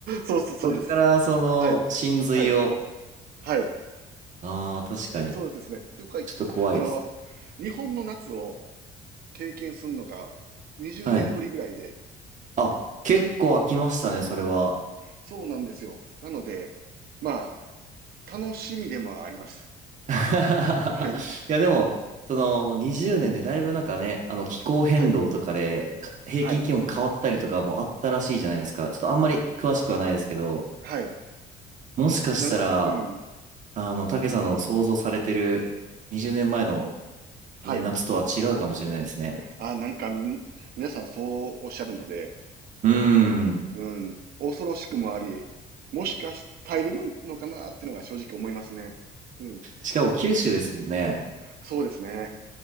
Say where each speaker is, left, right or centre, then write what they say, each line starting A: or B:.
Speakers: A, on the right; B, on the right.
A: そうそう、そうです。
B: これからその、
A: はい。
B: 真髄を、
A: はい。はい。
B: ああ、確かに。
A: そうですね。というか、
B: ちょっと怖いですね。
A: あの、日本の夏を経験するのが20年ぶりぐらいで、
B: はい。あ、結構飽きましたね、それは。
A: そうなんですよ。なので、まあ、楽しみでもあります。
B: <laughs>
A: はい。
B: いや、でも、その20年でだいぶなんかね、あの気候変動とかでか平均気温変わったりとかもあったらしいじゃないですか。
A: はい。はい。
B: ちょっとあんまり詳しくはないですけど、
A: はい。
B: もしかしたら、
A: なん、うん。
B: あの、竹さんの想像されてる20年前の
A: はい。
B: ね、夏とは違うかもしれないですね。
A: あ、なんかみん、皆さんそうおっしゃるので、
B: うーん。
A: うん。恐ろしくもあり、もしかし、耐えれるのかなっていうのが正直思いますね。うん。
B: しかも九州ですもんね。
A: そうですね。